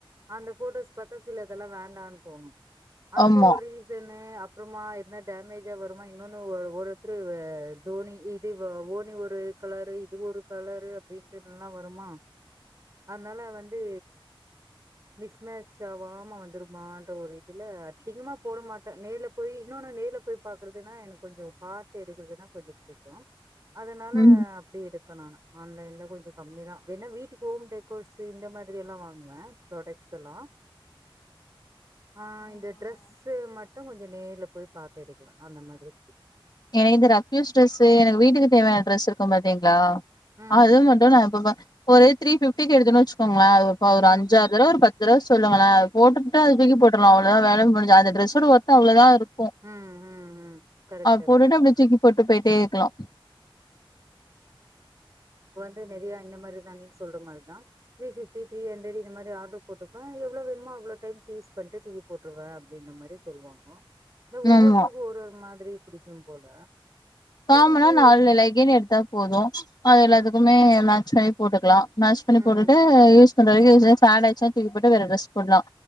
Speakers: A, on the right; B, on the left.
A: அந்த போட்டோஸ் பாத்தா சில தெல்லா வேண்டான் தோணு அந்த
B: ஆமா
A: ஒரு ரீசன் னு அப்புறமா என்னா டேமஜா வருமா இன்னொன்னு ஒர் ஒருத்துரு தோனி இது ஓனி ஒரு கலரு இது ஒரு கலரு வீட்டுக்கெல்லா வருமா அதனால வந்து மிஸ்மேச் ஆவாம வந்துருமான்ற ஒரு இதுல அதிகமா போட மாட்ட நேர்ல போய் இன்னொன்னு நேர்ல போய் பாக்குறதுன்னா எனக்கு கொஞ்சோ பாத்து எடுக்குறதுனா கொஞ்சோ புடிக்கு அதனால
B: ம்
A: அப்டி எடுக் எடுப்ப ஆன்லைன்ல கொஞ்சோ கம்மிதா வேணா வீட்டுக்கு ஹோம் டெக்கோர்ஸ்ஸு இந்த மாதிரி எல்லா வாங்குவ புராடெக்ட்ஸ் எல்லா ஆ இந்த டிரெஸ்ஸு மட் டு கொஞ்சோ நேர்ல போய் பாத்து எடுக்குவ அந்த மாதிரி
B: எனக்கு இந்த ரஃப்யூஸ் டிரெஸ்ஸு எனக்கு வீட்டுக்கு தேவையான டிரெஸ்ஸு இருக்கு பாத்தீங்களா
A: ம்
B: அது மட்டு நா இப்ப ப ஒரு த்ரீ பிஃப்டிக்கு எடுத்தன்னு வெச்சுக்கோங் கலே அது ப ஒரு
A: ம்
B: அஞ்சாறு தடவ ஒரு பத் ஒரு தட சொல்லுங்கள போட்டுபுட்டு
A: ம்
B: அது தூக்கி போட்ருலா அ தா வேல முடிஞ்சா அந்த ட்ரெஸ் ஒட ஒர்த் அவ்ளோதா இருக்
A: ம் ம்ம் கரெக்
B: போட்டு அப்பிடே தூக் கி போட்டு போயிட்டே இருக்கலா
A: த் நெறையா இந்த மாரிதா நீ சொல்ற மாரிதா திரி ஃபிப்டி த்ரீ ஹண்ட்ரட் இந்த மாரி ஆடர் போட்டுப்பே எவ்ளோ வேனுமோ டைம்ஸ் யூஸ் பண்ட்டு தூக்கி போட்டுருவே அப்பிடின்ற மாரி சொல்லுவாங்கோ இந்த ஒவ்வொருத்தருக்கு
B: ஆமா
A: ஒரு ஒரு மாரி திரி புடிக்கு போல
B: காமனா
A: எனக்கு
B: நாலு நிலை கி எடுத்தா போது அது எல்லாத்துக்குமே
A: ம்
B: எல்லாச்சாயு போட்டுக்ல்லா மேஷ் பண்ணி
A: ம்
B: போட்டுட்டு யூஸ் <unintelligible> ஆச்சினா தூக்கி போட்டு வேற ட்ரெஸ் போண்ணலா